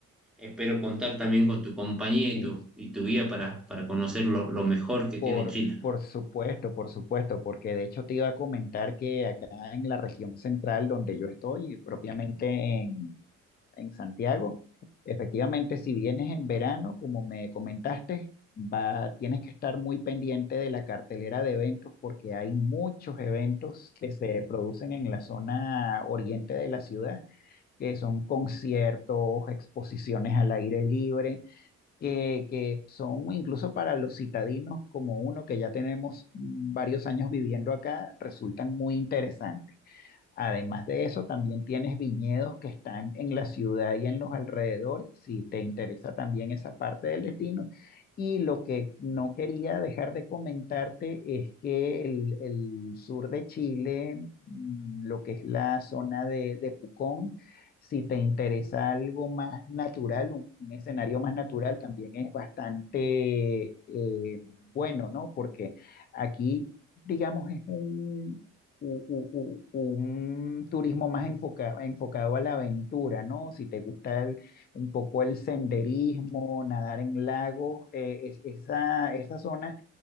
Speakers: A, in the centre; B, on the left.
A: espero contar también con tu compañía y
B: Sí,
A: tu, y tu guía para, para conocer lo lo mejor que tiene
B: por,
A: Chile.
B: por supuesto, por supuesto, porque de hecho te iba a comentar que acá en la región central donde yo estoy, propiamente en, en Santiago, efectivamente, si vienes en verano, como me comentaste, va, tienes que estar muy pendiente de la cartelera de eventos porque hay muchos eventos que se producen en la zona oriente de la ciudad. que son conciertos, exposiciones al aire libre, que, que son incluso para los citadinos como uno que ya tenemos varios años viviendo acá, resultan muy interesantes. Además de eso, también tienes viñedos que están en la ciudad y en los alrededores, si te interesa también esa parte del destino. Y lo que no quería dejar de comentarte es que el, el sur de Chile, mm, lo que es la zona de, de Pucón, si te interesa algo más natural, un, un escenario más natural, también es bastante eh, bueno, ¿no? Porque aquí digamos, es un, u- u- u- un turismo más enfocado enfocado a la aventura, ¿no? Si te gusta el- un poco el senderismo, nadar en lagos, eh, es- esa, esa zona